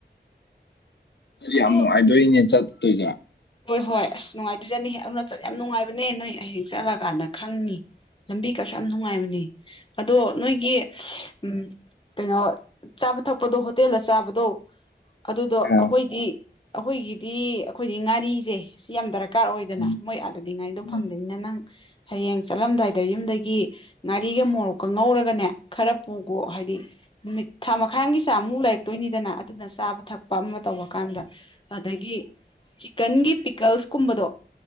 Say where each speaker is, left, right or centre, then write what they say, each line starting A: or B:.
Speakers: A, on the left; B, on the left.
A: ꯌꯥꯝ
B: ꯑꯗꯣ
A: ꯅꯨꯡꯉꯥꯏꯗꯧꯔꯤꯅꯦ ꯆꯠꯇꯣꯏꯁꯦ
B: ꯍꯣꯏ ꯍꯣꯏ ꯑꯁ ꯅꯨꯡꯉꯥꯏꯇꯣꯏꯖꯠꯅꯤ ꯑꯔꯨꯅꯥꯆꯜ ꯌꯥꯝ ꯅꯨꯡꯉꯥꯏꯕꯅꯦ ꯅꯣꯏ ꯍꯌꯦꯡ ꯆꯠꯂꯀꯥꯟꯗ ꯈꯪꯅꯤ ꯂꯝꯕꯤ ꯀꯁꯨ ꯌꯥꯝ ꯅꯨꯡꯉꯥꯏꯕꯅꯦ ꯑꯗꯣ ꯅꯣꯏꯒꯤ ꯎꯝ ꯀꯩꯅꯣ ꯆꯥꯕ ꯊꯛꯄꯗꯣ ꯍꯣꯇꯦꯜꯗ ꯆꯥꯕꯗꯣ ꯑꯗꯨꯗꯣ
A: ꯑ
B: ꯑꯩꯈꯣꯏꯗꯤ ꯑꯩꯈꯣꯏꯒꯤꯗꯤ ꯑꯩꯈꯣꯏꯗꯤ ꯉꯥꯔꯤꯁꯦ ꯁꯤ ꯌꯥꯝ ꯗꯔꯛ ꯗꯔꯀꯥꯔ ꯑꯣꯏꯗꯅ
A: ꯎꯝ
B: ꯃꯣꯏ ꯑꯥꯗꯗꯤꯉꯥꯔꯤꯗꯣ
A: ꯎꯝ
B: ꯐꯪꯗꯕꯅꯤꯅ ꯅꯪ ꯍꯌꯦꯡ ꯆꯠꯂꯝꯗꯥꯏꯗ ꯌꯨꯝꯗꯒꯤ ꯉꯥꯔꯤꯒ ꯃꯣꯔꯣꯛꯀ ꯉꯧꯔꯒꯅꯦ ꯈꯔ ꯄꯨꯈꯣ ꯍꯥꯏꯗꯤ ꯅꯨꯃꯤꯠ ꯊꯥ ꯃꯈꯥꯏ ꯑꯃꯒꯤ ꯆꯥꯡꯃꯨꯛ ꯂꯩꯔꯛꯇꯣꯏꯅꯤꯗꯅ ꯑꯗꯨꯅ ꯆꯥꯕ ꯊꯛꯄ ꯑꯃ ꯇꯧꯔꯀꯥꯟꯗ ꯑꯗꯒꯤ ꯆꯤꯀꯟꯒꯤ ꯄꯤꯀꯜꯁꯀꯨꯝꯕꯗꯣ